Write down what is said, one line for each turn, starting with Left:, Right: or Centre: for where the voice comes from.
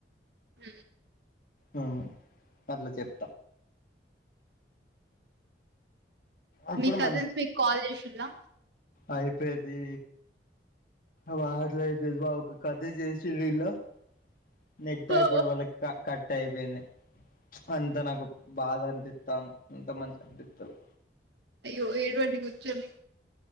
Right: హ
Left: ఆ పర్లేదు అప్పుడు
Right: మీ కజిన్స్ మీకు కాల్ చేసిందా
Left: అయిపెంది మాలా అయిపో బా ఒక కథ చేసిలో <unintelligible> నెట్ అయిపోవుడు
Right: ఓ
Left: వల్ల క కట్ అయిపోయింది అంత నాకు బాధ అనిపిస్తాంది అంత మంచిగా అనిపిస్తదు
Right: అయ్యో ఏడువండి కూర్చోని